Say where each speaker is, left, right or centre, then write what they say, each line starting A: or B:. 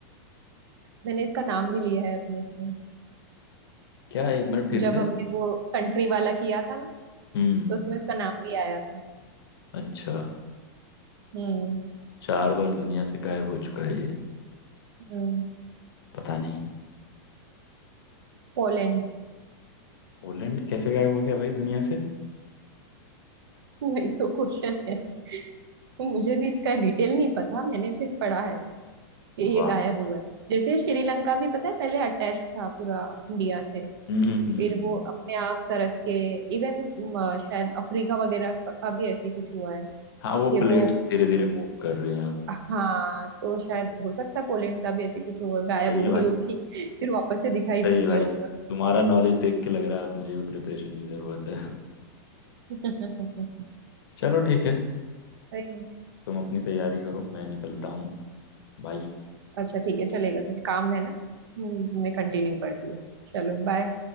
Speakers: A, on the right; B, on the left.
A: मैंने इसका नाम भी लिया है अपने इसमें
B: क्या एक मिनट फिर
A: जब
B: से
A: हमने वो कंट्री वाला किया था ना
B: हम्म
A: तो उसमें इसका नाम भी आया था
B: अच्छा
A: हम्म
B: चार बार दुनिया से गायब हो चुका है ये
A: हम्म
B: पता नहीं
A: पोलैंड
B: पोलैंड कैसे गायब हो गया भाई दुनिया से
A: वही तो क्वेश्चन है मुझे भी इसका डिटेल नहीं पता मैंने सिर्फ पढ़ा है कि
B: वाह
A: ये गायब हुआ है जैसे श्रीलंका भी पता है पहले अटैच था पूरा इंडिया से
B: हम्म हम्म हम्म,
A: फिर
B: हम्म।
A: वो अपने आप सरक के इवन शायद अफ्रीका वगैरह का का भी ऐसी कुछ हुआ है
B: हाँ वो
A: कि
B: प्लेट्स
A: वो
B: धीरे धीरे मूव कर रहे हैं अब
A: हाँ तो शायद हो सकता है पोलैंड का भी ऐसे कुछ होगा
B: सही
A: गायब हो
B: है
A: गई
B: भाई
A: होगी <laughs> फिर वापस से दिखाई
B: सही
A: दे
B: है
A: दिया
B: भाई
A: होगा
B: तुम्हारा नॉलेज देख के लग रहा है अब मुझे भी प्रिपरेशन की ज़रूरत है
A: <laughs> सही
B: चलो ठीक है अ,
A: नहीं
B: तुम अपनी तैयारी करो मैं निकलता हूँ बाय
A: अच्छा ठीक है चलेगा तुम्हें काम है ना हम्म, मैं कंटिन्यू करती हूँ चलो बाय